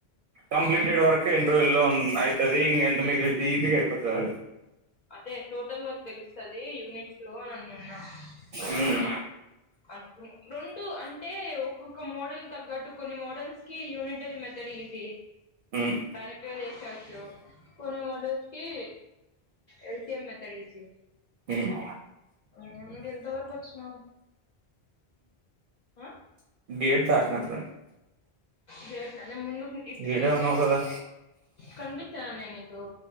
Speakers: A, on the right; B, on the left.
A: కంప్లీటెడ్
B: ఆ
A: వర్క్ ఎన్ని రోజులో లోన్ అవుతది ఎంత మగిలింది ఈజీ అయిపోతుది అ
B: అదే టోటల్ వర్క్ తెలుస్తుంది యూనిట్స్ లో నన్ను ఉన్నా అని
A: ఉమ్
B: అనుకున్నా రెండు అంటే ఒక్కొక్క మోడల్ తగ్గట్టు కొన్ని మోడల్స్ కి యూనిట్ యూనిటరీ మెథడ్ ఈసీ
A: ఉమ్
B: కరెక్ట్గా చేసేవచ్చు కొన్ని మోడల్స్ కి L C M method easy
A: ఉమ్
B: ఆ నువ్ ఎంత వరకు వచ్చినవు ఆ
A: <unintelligible>
B: గేట్ నేను ముందుకు ఇట్ సైడ్
A: ఈడే ఉన్నావు
B: నేను
A: కదా
B: కనిపిచాన నెను ఓ